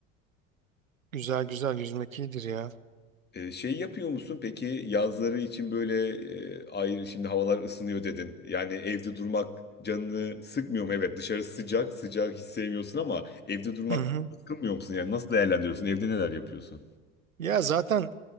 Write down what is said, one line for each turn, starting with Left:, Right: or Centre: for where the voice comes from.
Right: Güzel güzel yüzmek iyidir ya.
Left: Ee, şey yapıyor musun peki yazları için böyle e, ayrı şimdi havalar ısınıyor dedin. Yani evde durmak canını sıkmıyor mu? Evet dışarı sıcak sıcak hiç sevmiyorsun ama evde durmak
Right: Hı hı.
Left: sıkılmıyor musun? Yani nasıl değerlendiriyorsun? Evde neler yapıyorsun?
Right: Ya zaten